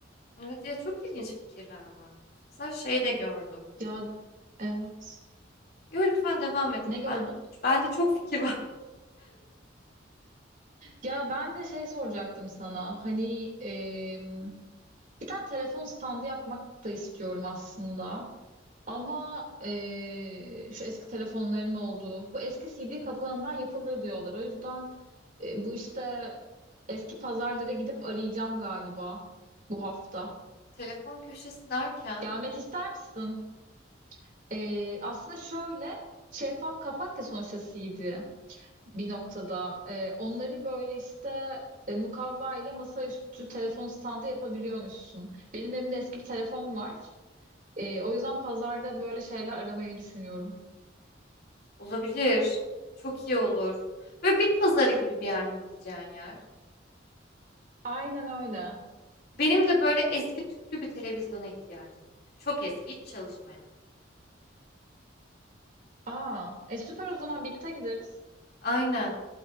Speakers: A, on the left; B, on the right.
A: Evet ya çok ilginç fikirler var. Mesela şey de gördüm.
B: Ya evet.
A: Yo, lütfen devam et.
B: Ne gördün?
A: Ben, ben de çok fikir <laughs> var.
B: Ya ben de şey soracaktım sana. Hani em, bir tane telefon standı yapmak da istiyorum aslında. Ama eee, şu eski telefonların olduğu, bu eski CD kapağından yapılır diyorlar. O yüzden e, bu işte eski pazarlara gidip arayacağım galiba bu hafta.
A: Telefon köşesi derken
B: Gelmek ister misin? Eee, aslında şöyle şeffaf kapak ya sonuçta CD bir noktada. Eee, onları böyle işte e, mukavva ile masaüstü telefon standı yapabiliyormuşsun. Benim evimde eski bir telefon var. Eee, o yüzden pazarda böyle şeyler aramayı düşünüyorum.
A: olabilir. Çok iyi olur. Böyle bit pazarı gibi bir yer mi gideceğin yer?
B: Aynen öyle.
A: Benim de böyle eski tüplü bir televizyona ihtiyacım var. Çok eski, hiç çalışmayan.
B: Aa, e süper o zaman birlikte gideriz.
A: Aynen.